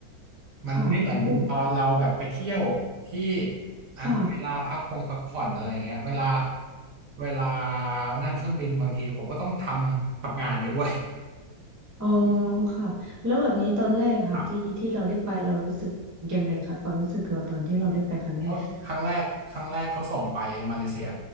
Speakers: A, on the right; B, on the right.
A: มันไม่เหมือนตอนเราแบบไปเที่ยวที่
B: ค่ะอุ้ม
A: อ่ะมีเวลาพักพงพักผ่อนอะไรเงี้ยเวลา
B: ค่ะ
A: เวลานั่งเครื่องบินบางทีผมก็ต้องทำทำงานไปด้วย
B: อ๋อค่ะแล้วแบบนี้ตอนแรกค่ะที่ที่เราได้ไปเรารู้สึกยังไงคะความรู้สึกเราตอนที่เราได้ไปครั้งแรก
A: ครับ เพราะครั้งแรกครั้งแรกเขาส่งไปมาเลเซีย